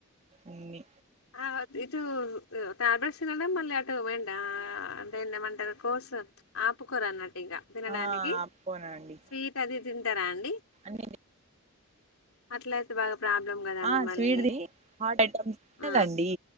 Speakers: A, on the right (about 30°); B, on the left (about 75°).
A: అన్ని
B: ఆ ఇటు టాబ్లెట్స్ తినడం మళ్ళీ అటు వెంట ఆ అంటే ఏమంటారు కోర్స్ ఆపుకోరు అన్న ఇగ తినడానికి
A: ఆ పోనండి
B: స్వీట్ అది తింటారా అండి
A: అన్ని
B: అట్లయితే బాగా ప్రాబ్లం కదండి
A: ఆ
B: మళ్ళీ
A: స్వీట్ ది హాట్ ఐటమ్స్
B: ఆ
A: కదండి